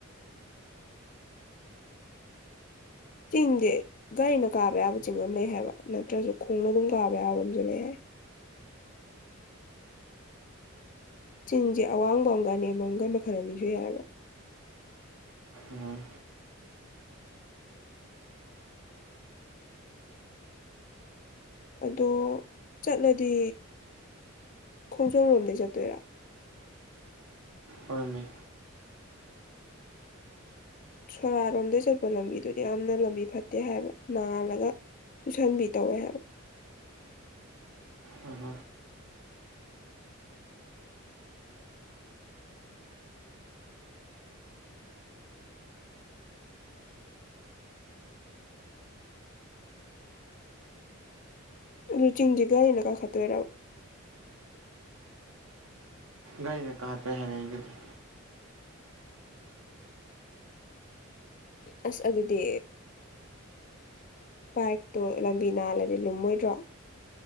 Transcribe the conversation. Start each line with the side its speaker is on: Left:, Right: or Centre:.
Left: ꯆꯤꯡꯁꯦ ꯒꯥꯔꯤꯅ ꯀꯥꯕ ꯌꯥꯕ ꯆꯤꯡ ꯑꯃ ꯂꯩ ꯍꯥꯏꯕ ꯅꯠꯇ꯭ꯔꯁꯨ ꯈꯣꯡꯅ ꯑꯗꯨꯝ ꯀꯥꯕ ꯌꯥꯕ ꯑꯃꯁꯨ ꯂꯩ ꯍꯥꯏ ꯆꯤꯡꯁꯦ ꯑꯋꯥꯡꯕ ꯑꯃꯒ ꯑ ꯅꯦꯝꯃꯝꯒ ꯃꯈꯜ ꯑꯅꯤꯁꯨ ꯌꯥꯏꯑꯕ
Right: ꯎꯝ
Left: ꯑꯗꯣ ꯆꯠꯂꯗꯤ ꯈꯣꯡꯖꯣꯝ ꯂꯣꯝꯗꯩ ꯆꯠꯇꯣꯏꯔꯥ
Right: ꯑꯣꯏꯅꯦ
Left: ꯁꯣꯔꯥꯔꯣꯝꯗ ꯆꯠꯄ ꯂꯝꯕꯤꯗꯨꯗꯤ ꯌꯥꯝꯅ ꯂꯝꯕꯤ ꯐꯠꯇꯦ ꯍꯥꯏꯕ ꯅꯥꯜꯂꯒ ꯇꯨꯁꯟꯕꯤ ꯇꯧꯋꯦ ꯍꯥꯏꯕ
Right: ꯎꯝ
Left: ꯑꯗꯨ ꯆꯤꯡꯁꯤꯒꯥꯔꯤꯅ ꯀꯥ ꯈ ꯇ ꯑꯣꯏꯦꯔ
Right: ꯒꯥꯥꯏꯩꯅ ꯀꯥꯍꯠꯄ ꯍꯥꯏꯔꯦ ꯑꯩ ꯑꯗꯨꯗꯤ
Left: ꯑꯁ ꯑꯗꯨꯗꯤ ꯕꯥꯏꯛꯇꯣ ꯂꯝꯕꯤ ꯅꯥꯜꯂꯗꯤ ꯂꯨꯝꯃꯣꯏꯗ꯭ꯔꯣ